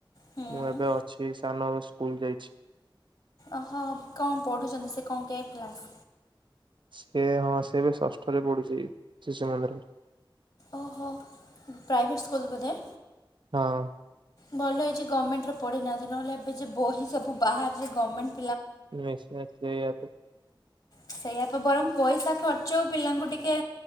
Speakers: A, on the left; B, on the right.
A: ହୁଁ
B: ମୁଁ ଏବେ ଅଛି ସାନ ଏବେ ସ୍କୁଲ ଯାଇଛି।
A: ଓହୋ କଣ ପଢୁଛନ୍ତି ସେ କଣ କେ କ୍ଲାସ?
B: ସେ ହଁ ସେ ଏବେ ଷଷ୍ଠରେ ପଡୁଛି ଶିଶୁ ମନ୍ଦିରରେ।
A: ଓହୋ ପ୍ରାଇଭେଟ ସ୍କୁଲ ବୋଧେ।
B: ହଁ।
A: ଭଲ ହେଇଛି ଗମେଣ୍ଟରେ ପଢିନାହାନ୍ତି ନହେଲେ ଏବେ ଯଉ ବହି ସବୁ ବାହାରିଛି ଗମେଣ୍ଟ
B: ନିଶ୍ଚୟ ସେଇଆ ତ।
A: ସେଇଆପା ବରଂ ପଇସା ଖର୍ଚ୍ଚ ଆଉ ପିଲାଙ୍କୁ ଟିକେ